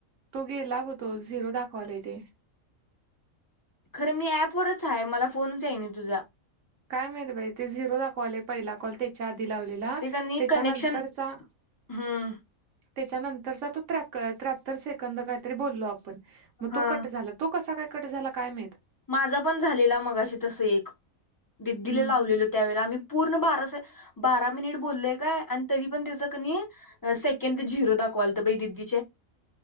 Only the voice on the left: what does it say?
खरं मी ऍपवरच आहे मला फोनच आहे ना तुझा
ते कनी कनेक्शन हम्म
हा
माझा पण झालेला मगाशी तस एक दिदीला
लावलेलो त्यावेला आम्ही पूर्ण बारासा बारा मिनिट बोललय काय आणि तरी पण त्याच कनी सेकंड झिरो दाखवालतं ब दिदी